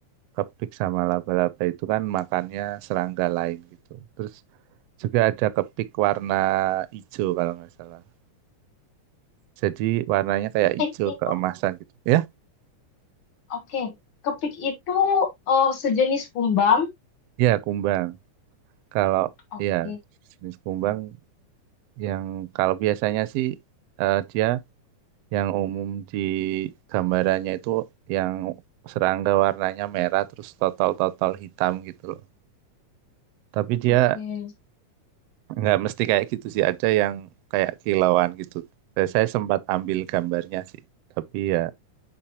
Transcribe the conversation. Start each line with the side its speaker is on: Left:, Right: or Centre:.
Right: kepik sama laba-laba itu kan makannya serangga lain gitu. Terus juga ada kepik warna hijau kalau nggak salah. Jadi warnanya kayak
Left: pik
Right: hijau
Left: itu,
Right: keemasan gitu. Ya,
Left: oke. Kepik itu eh, sejenis kumbang,
Right: ya kumbang. Kalau
Left: oke,
Right: ya jenis kumbang yang kalau biasanya sih eh, dia yang umum di gambarannya itu yang serangga warnanya merah terus total-total hitam gitu loh. Tapi dia
Left: oke.
Right: nggak mesti kayak gitu sih, ada yang kayak kilauan gitu. Dan Saya sempat ambil gambarnya sih, tapi ya